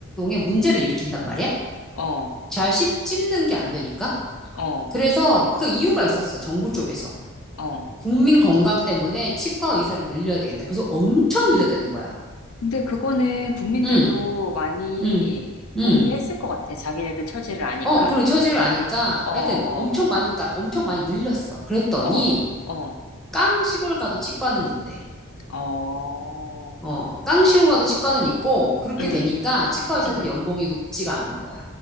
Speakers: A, in the centre; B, on the left (about 70°).
A: 문제를 일으킨단 말이야.
B: 어,
A: 잘 씹, 씹는 게 안 되니까.
B: 어,
A: 그래서 그 이유가 있었어. 정부 쪽에서.
B: 어.
A: 국민 건강 때문에 치과 의사를 늘려야 되겠다. 그래서 엄청 늘렸다는 거야.
B: 근데 그거는 국민들도
A: 응,
B: 많이
A: 응, 응.
B: 동의했을 것 같아. 자기네들 처지를 아니까.
A: 어, 그리고 처지를 아니까
B: 어, 어,
A: 하여튼 엄청 많이, 그러니까 엄청 많이 늘렸어. 그랬더니
B: 어, 어,
A: 깡 시골 가도 치과는 있대.
B: 어.
A: 어, 깡 시골 가도 치과는 있고 그렇게
B: 응,
A: 되니까 치과 의사들이
B: 응.
A: 연봉이 높지가 않은 거야.